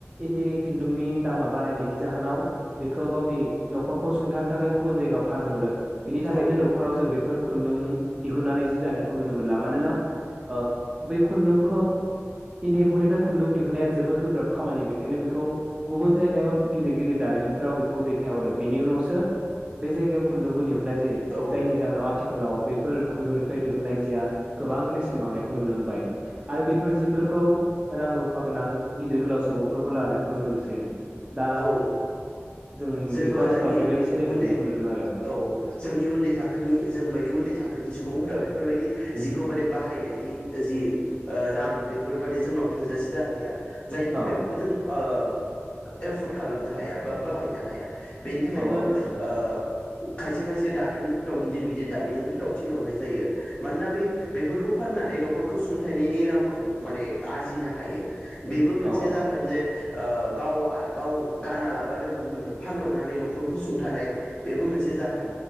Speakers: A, on the right (about 20°); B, on the left (about 25°).
A: इन्दि खुन्दुंनि दामा बारायनायनि जाहोनाव बेखौ गावनि नखरखौ सुंथानो थाखाय गुबुन जायगायाव फानहरो बिनि थाखायनो
B: औ
A: न'खराव जों बेफोर खुन्दुं दिहुननानै जि दानायखौ नुनो मोनला मानोना ओ बे खुन्दुंखौ इन्दि एम्फौनिफ्राय खुन्दुं दिहुनाया जोबोद गोब्राब खामानि बेखायनो बेखौ गुबुन जायगा गायाव गिदिर गिदिर दारिमिफोराव बेखौ दैथायहरो बेनि उनावसो बे जायगायाव खुन्दुंखौ दिहुननाय जायो
B: औ
A: जायनि जाहोनाव आथिखा खालाव बैफोर खुन्दुंनिफ्राय दिहुनन्नाय जिया गोबां बेसेन बांनायखौ नुनो मोनो। बाय आरो बेफोर जिफोरखौ रां रुफा गोनां गिदिर गोलाव सुबुंफोरखौ लानायखौ नुनो मोनसै जों। दा
B: औ
A: जों
B: जो
A: बेखौ
B: ओ
A: आथिखालाव
B: जोंनि
A: बेबायदि सोलिबाय
B: उन्दै
A: थानायखौ नुदों आरो
B: औ जोंनि उन्दै थाखोनि जों बायदि उन्दै थाखोनि सुबुंफोरा बेफोरबायदि जिखौ माने बाहायनायनि जि ओ रां बेफोर बादि जोंनाव थोजासे जाहैया जायनि थाखाय
A: औ
B: बेखौ जों ओ एफर्ड खालामनो हाया बा बाहायनो हाया। बेनि थाखायबो
A: औ औ नंगौ
B: ओ खायसे खायसे दारिमिनफोराव गिदिर गिदिर दारिमिनफोराव थिनहरनाय जायो मानोना बे बेफोरखौ फाननानै न'खरखौ सुंथाइनायनि रांखौ माने आरजिनो हायो। बेबो मोनसे
A: औ औ
B: जाहोन जे ओ गाव आ गाव गाना लाबानो गुबुननो फानहरनानै न'खरखौ सुंथानाय बेबो मोनसे जाहोन